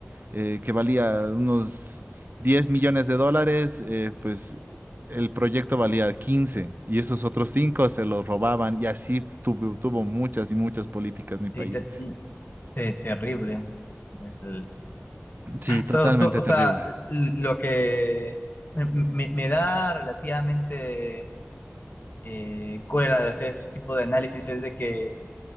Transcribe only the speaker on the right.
eh, que valía unos 10 millones de dólares, eh, pues... El proyecto valía 15 y esos otros 5 se los robaban y así tuvo, tuvo muchas y muchas políticas mi
país.
Sí, totalmente
terrible.